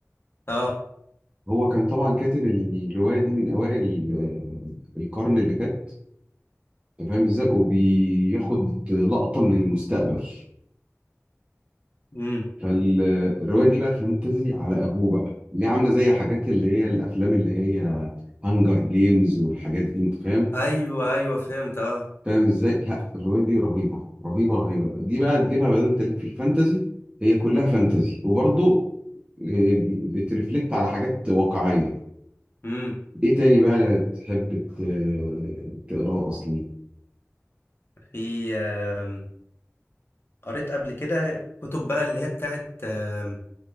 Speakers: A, on the left (about 45°); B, on the right (about 25°).
A: اه
B: هو كان طبعا كاتب الرواية دي من أوائل آه، القرن اللي فات أنت فاهم إزاي وبياخد لقطة من المستقبل
A: امم
B: فالرواية دي بقى فانتزي على أبوه بقى اللي عاملة زي حاجات اللي هي الأفلام اللي هي هانجر جيمز والحاجات دي أنت فاهم
A: ايوه ايوه فهمت اه
B: فاهم إزاي لا الرواية دي رهيبة رهيبة رهيبة دي بقى تجيبها بقى أنت ليك في الفانتزي هي كلها فانتزي وبرضه آه، بترفلكت على حاجات واقعية
A: امم
B: ايه تاني بقى تحب ت- تقراه اصلا
A: في آم، قريت قبل كده كتب بقى اللي هي بتاعت آم،